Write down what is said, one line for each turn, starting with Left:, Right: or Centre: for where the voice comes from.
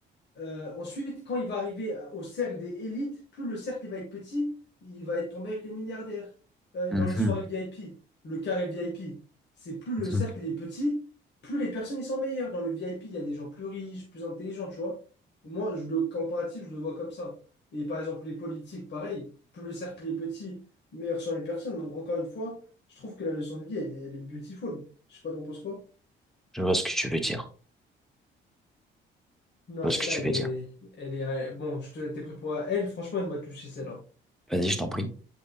Left: Euh, ensuite, quand il va arriver à- au cercle des élites, plus le cercle il va être petit, il va être tombé avec les milliardaires. Euh,
Centre: Mhm,
Left: dans les soirées VIP, le carré VIP, c'est plus
Centre: mhm.
Left: le cercle il est petit, plus les personnes ils sont meilleures. Dans le VIP, il y a des gens plus riches, plus intelligents, tu vois. Moi, je, le comparatif, je le vois comme ça. Et par exemple, les politiques, pareil, plus le cercle il est petit, meilleures sont les personnes. Donc, encore une fois, je trouve que la leçon de vie, elle, est elle est beautiful. Je sais pas, t'en penses quoi?
Centre: Je vois ce que tu veux dire.
Left: Non,
Centre: Je vois
Left: celle-là,
Centre: ce que tu
Left: elle
Centre: veux
Left: est,
Centre: dire.
Left: elle est, bon, je te- t'es prêt pour elle. Franchement, elle m'a touché celle-là.
Centre: Vas-y, je t'en prie.